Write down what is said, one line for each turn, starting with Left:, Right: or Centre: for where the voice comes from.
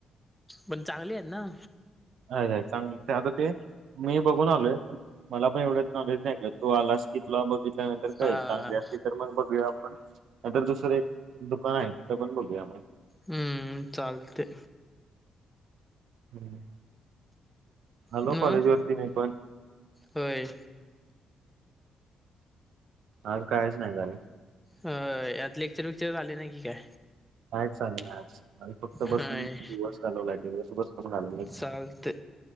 Centre: पण चांगले आहेत ना.
Right: आहेत आहेत चांगले, आता ते मी बघून आलोय पण, मला पण एवढंच नॉलेज नाही करतो, तू आलास की तुला बघित त्यानंतर कळेल
Centre: हा
Right: चांगली असतील तर मग बघूया आपण, नाहीतर दुसरं एक दुकान आहे. तिथं पण बघूया मग.
Centre: हम्म चालते.
Right: हम्म. आलो
Centre: मग
Right: कॉलेज वरती मी पण.
Centre: होय.
Right: आज कायच नाही झालं.
Centre: होय आज लेक्चर विक्चर झाले, नाही की काय.
Right: काय चालेल नाय आज आम्ही फक्त
Centre: होय
Right: बसून दिवस घालवलाय दिवस भर.
Centre: चालते